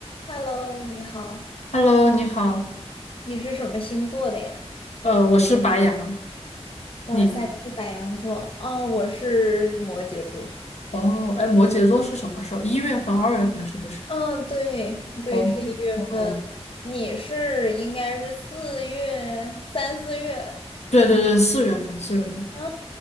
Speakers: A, on the left; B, on the left.
A: Hello，你好，
B: Hello，你好，
A: 你是什么星座的呀？
B: 呃，我是白羊，
A: 哇塞，
B: 你呢？
A: 你是白羊座哦，我是摩羯座。
B: 哦，哎，摩羯座是什么时候？一月份、二月份是不是？
A: 嗯，对对，
B: 哦，
A: 是一月份，
B: 哦，
A: 你是应该是四月三四月
B: 对对对，四月份，四月份，
A: 啊，